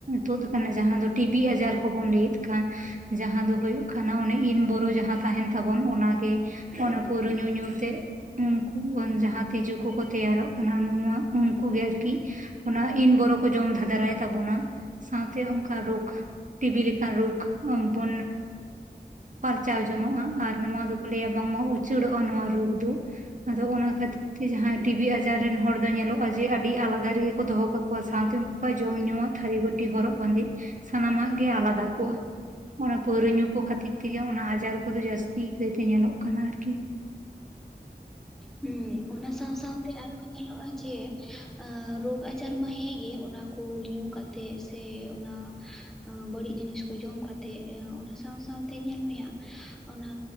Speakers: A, on the right; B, in the centre.
A: ᱛᱩᱫ ᱟᱠᱟᱱᱟ ᱡᱟᱦᱟᱸ ᱫᱚ ᱴᱤᱵᱤ ᱟᱡᱟᱨ ᱠᱚᱵᱚᱱ ᱞᱟᱹᱭᱮᱫ ᱠᱟᱱ ᱡᱟᱦᱟᱸ ᱫᱚ ᱦᱩᱭᱩᱜ ᱠᱟᱱᱟ ᱚᱱᱮ ᱤᱱᱵᱳᱨᱳ ᱡᱟᱦᱟᱸ ᱛᱟᱦᱮᱱ ᱛᱟᱵᱚᱱ ᱚᱱᱟᱜᱮ ᱚᱱᱟ ᱯᱟᱹᱣᱨᱟᱹ ᱧᱩ ᱧᱩ ᱛᱮ ᱩᱱᱠᱩ ᱡᱟᱦᱟᱸ ᱛᱤᱡᱩ ᱠᱚᱠᱚ ᱛᱮᱭᱟᱨᱚᱜ ᱠᱟᱱᱟ ᱱᱚᱣᱟ ᱩᱱᱠᱩ ᱜᱮ ᱟᱨᱠᱤ ᱚᱱᱟ ᱤᱱ ᱵᱚᱨᱚ ᱠᱚ ᱡᱚᱢ ᱫᱷᱟᱫᱨᱟᱭ ᱛᱟᱵᱚᱱᱟ ᱥᱟᱶᱛᱮ ᱚᱱᱠᱟ ᱨᱳᱜᱽ ᱴᱤᱵᱤ ᱞᱮᱠᱟᱱ ᱨᱳᱜᱽ ᱵᱚᱱ ᱯᱟᱨᱪᱟᱣ ᱡᱚᱱᱚᱜ-ᱟ ᱟᱨ ᱱᱚᱣᱟ ᱫᱚᱠᱚ ᱞᱟᱹᱭᱟ ᱵᱟᱝᱢᱟ ᱩᱪᱟᱹᱲᱚᱜ-ᱟ ᱱᱚᱣᱟ ᱨᱳᱜ ᱫᱚ ᱟᱫᱚ ᱚᱱᱟ ᱠᱷᱟᱹᱛᱤᱨ ᱡᱟᱦᱟᱸᱭ ᱴᱤᱵᱷᱤ ᱟᱡᱟᱨ ᱨᱮᱱ ᱦᱚᱲ ᱫᱚ ᱧᱮᱞᱚᱜ-ᱟ ᱡᱮ ᱟᱹᱰᱤ ᱟᱞᱟᱫᱟ ᱨᱮᱜᱮ ᱠᱚ ᱫᱚᱦᱚ ᱠᱟᱠᱚᱣᱟ ᱥᱟᱶᱛᱮ ᱚᱠᱚ ᱡᱚᱢ ᱧᱩᱣᱟᱜ ᱛᱷᱟᱹᱨᱤ ᱵᱟᱹᱴᱤ ᱦᱚᱨᱚᱜ ᱵᱟᱸᱫᱮ ᱥᱟᱱᱟᱢᱟᱜ ᱜᱮ ᱟᱞᱟᱫᱟ ᱠᱚᱜ-ᱟ ᱾ ᱚᱱᱟ ᱯᱟᱹᱣᱨᱟᱹ ᱧᱩ ᱠᱚ ᱠᱷᱟᱹᱛᱤᱨ ᱛᱮᱜᱮ ᱚᱱᱟ ᱟᱡᱟᱨ ᱠᱚᱫᱚ ᱡᱟᱹᱥᱛᱤ ᱤᱠᱟᱹᱛᱮ ᱧᱮᱞᱚᱜ ᱠᱟᱱᱟ ᱟᱨᱠᱤ
B: ᱦᱩᱸ ᱚᱱᱟ ᱥᱟᱶ ᱥᱟᱶᱛᱮ ᱟᱨᱦᱚᱸ ᱧᱮᱞᱚᱜ-ᱟ ᱡᱮ ᱨᱳᱜ ᱟᱡᱟᱨ ᱢᱟ ᱦᱮᱸᱜᱮ ᱚᱱᱟ ᱠᱚ ᱧᱩ ᱠᱟᱛᱮᱜ ᱥᱮ ᱚᱱᱟ ᱵᱟᱹᱲᱤᱡ ᱡᱤᱱᱤᱥ ᱠᱚ ᱡᱚᱢ ᱠᱟᱛᱮ ᱚᱱᱟ ᱥᱟᱶ ᱥᱟᱶ ᱥᱟᱶᱛᱮ ᱧᱮᱞ ᱢᱮ ᱦᱟᱸᱜ ᱚᱱᱟ